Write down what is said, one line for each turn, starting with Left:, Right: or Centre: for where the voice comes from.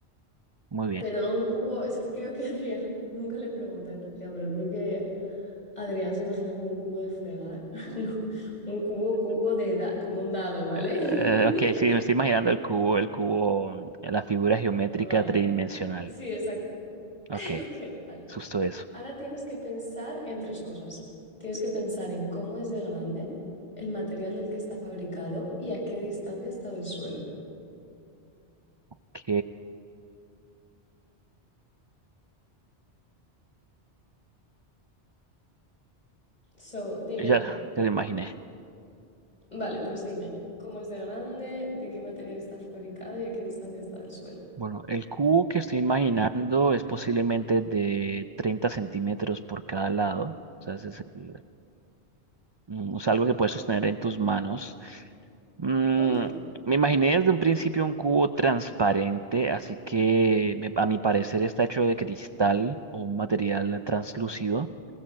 Right: Muy bien.
Left: Pero no un cubo, es que creo que Adrián, <laughs> nunca le pregunté en realidad, pero creo que Adrián se imaginó como un cubo de fregar, <laughs> no, un cubo, cubo de, da- como un dado, ¿vale?
Right: Eh,
Left: <laughs>
Right: ok, sí, me estoy imaginando el cubo, el cubo, mm, la figura geométrica
Left: Vale,
Right: tridimensional.
Left: sí, exacto.
Right: Ok,
Left: <laughs> Ok, vale.
Right: justo eso.
Left: Ahora tienes que pensar en tres cosas. Tienes que pensar en cómo es de grande, el material del que está fabricado y a qué distancia está del suelo.
Right: Ok,
Left: So, dime,
Right: ya, ya lo imaginé.
Left: vale, pues dime, ¿cómo es de grande, de qué material está fabricado y a qué distancia está del suelo?
Right: Bueno, el cubo que estoy imaginando es posiblemente de 30 centímetros por cada lado. O sea, ese es el, Mm, O algo que puedes sostener en tus manos. Mm,
Left: Ok.
Right: me imaginé desde un principio un cubo transparente, así que me- a mi parecer está hecho de cristal o un material translúcido